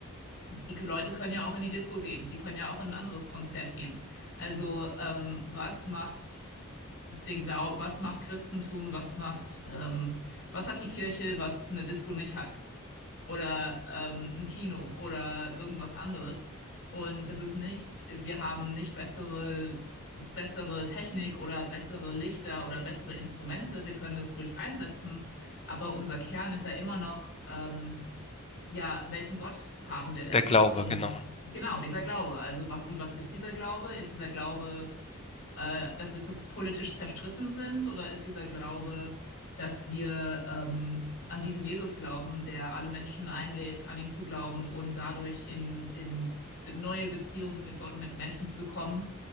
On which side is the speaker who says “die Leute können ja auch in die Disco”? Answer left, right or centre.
Left